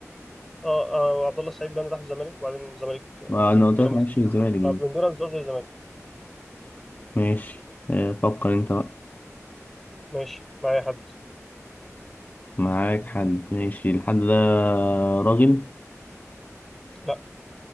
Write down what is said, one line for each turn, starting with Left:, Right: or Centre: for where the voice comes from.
Centre: اه آه، عبد الله السعيد بان راح الزمالك وبعدين الزمالك آه،
Left: ما أنا قلت
Centre: بيراميدز
Left: لك ما لعبش في الزمالك
Centre: اه من بيراميدز قصدي الزمالك
Left: ماشي آه، فكر انت بقى
Centre: ماشي معايا حد
Left: معاك حد ماشي الحد ده راجل
Centre: لا